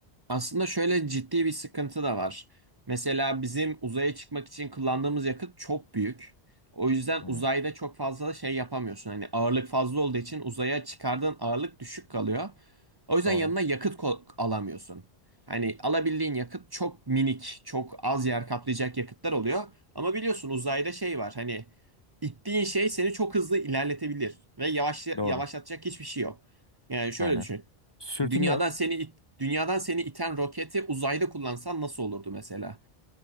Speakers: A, on the right (about 30°); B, on the left (about 30°).
A: Aslında şöyle ciddi bir sıkıntı da var. Mesela bizim uzaya çıkmak için kullandığımız yakıt çok büyük. O yüzden
B: Hı,
A: uzayda çok fazla şey yapamıyorsun. Hani ağırlık fazla olduğu için uzaya çıkardığın ağırlık düşük kalıyor. O yüzden
B: doğru.
A: yanına yakıt ko- alamıyorsun. Hani alabildiğin yakıt çok minik, çok az yer kaplayacak yakıtlar oluyor. Ama biliyorsun uzayda şey var. Hani ittiğin şey seni çok hızlı ilerletebilir ve yavaş
B: Doğru.
A: yavaşlatacak hiçbir şey yok. Yani şöyle
B: Aynen.
A: düşün.
B: Sürtünme
A: Dünyadan
B: yok.
A: seni it- dünyadan seni iten roketi uzayda kullansan nasıl olurdu mesela?